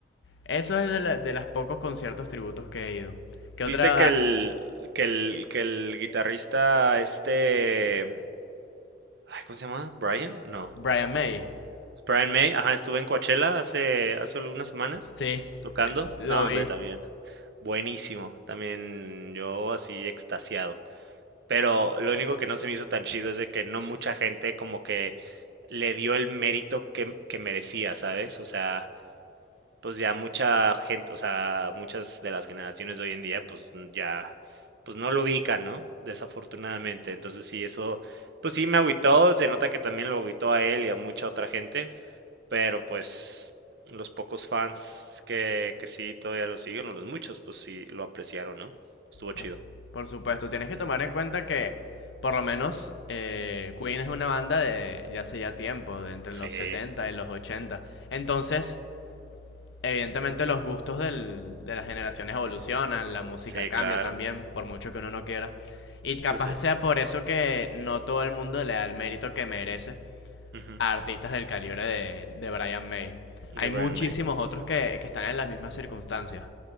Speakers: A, on the left; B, on the right.
A: Eso es de, la- de los pocos conciertos tributos que he ido. ¿Qué otra?
B: ¿Viste que el, que el, que el guitarrista este, ay, ¿cómo se llama? Brian? No.
A: Brian May.
B: Es Brian May, ajá, estuve en Coachella hace, hace algunas semanas
A: Sí,
B: tocando.
A: le- lo
B: No, hombre,
A: vi.
B: también. Buenísimo. También yo así extasiado. pero lo único que no se me hizo tan chido es de que no mucha gente como que le dio el mérito que, que merecía, ¿sabes? O sea, pues ya mucha gente, o sea, muchas de las generaciones de hoy en día, pues ya, pues no lo ubican, ¿no? Desafortunadamente. Entonces sí, eso, pues sí me agüitó, se nota que también lo agüitó a él y a mucha otra gente, pero pues los pocos fans que, que sí todavía lo siguen, o los muchos, pues sí lo apreciaron, ¿no? Estuvo chido.
A: ¿no? Por supuesto, tienes que tomar en cuenta que por lo menos eh, Queen es una banda de ya hace ya tiempo, de entre
B: Sí,
A: los 70 y los 80. Entonces, evidentemente los gustos del- de las generaciones evolucionan, la música
B: sí,
A: cambia
B: claro.
A: también, por mucho que uno no quiera. Y capaz
B: Pues sí.
A: sea por eso que no todo el mundo le da el mérito que merece
B: Ujú,
A: a artistas del calibre de, de Brian May.
B: De
A: Hay
B: Brian
A: muchísimos
B: May.
A: otros que, que están en las mismas circunstancias.